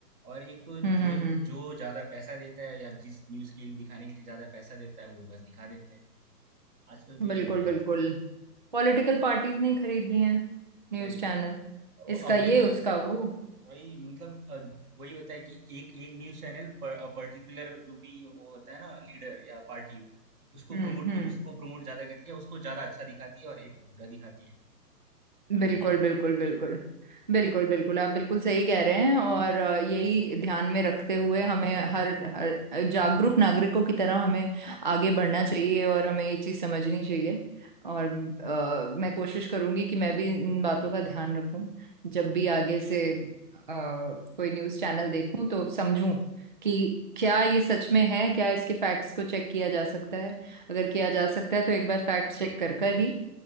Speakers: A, on the right; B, on the right.
A: और एक तो
B: हम्म
A: जो
B: हम्म हम्म।
A: जो ज्यादा पैसा देता है या जिस न्यूज़ के लिए दिखाने के लिए ज्यादा पैसा देता है वो बस दिखा देते हैं आजकल तो
B: बिल्कुल
A: ये हो गया
B: बिल्कुल
A: है
B: पॉलिटिकल पार्टीज ने ही खरीद लिए हैं न्यूज
A: वही
B: चैनल
A: वो-
B: इसका
A: अब वही ना
B: ये उसका वो
A: वही मतलब अ, वही होता है कि एक एक न्यूज चैनल पर पर्टिकुलर जो भी वो होता है ना लीडर या पार्टी उसको
B: हम्म
A: प्रमोट
B: हम्म
A: उसको प्रमोट ज्यादा करती है उसको ज्यादा अच्छा दिखाती है और एक को बुरा दिखाती है ये
B: बिल्कुल
A: हो गया
B: बिल्कुल बिल्कुल बिल्कुल बिल्कुल आप बिल्कुल सही कह रहे हैं और अ, यही ध्यान में रखते हुए हमें हर हर जागरूक नागरिकों की तरह हमें आगे बढ़ना चाहिए और हमें ये चीज़ समझनी चाहिए और अ, मैं कोशिश करूंगी कि मैं भी इन बातों का ध्यान रखूं जब भी आगे से अ, कोई न्यूज़ चैनल देखूं तो समझूं कि क्या ये सच में है क्या इसके फैक्ट्स को चेक किया जा सकता है अगर किया जा सकता है तो एक बार फैक्ट चेक कर कर ही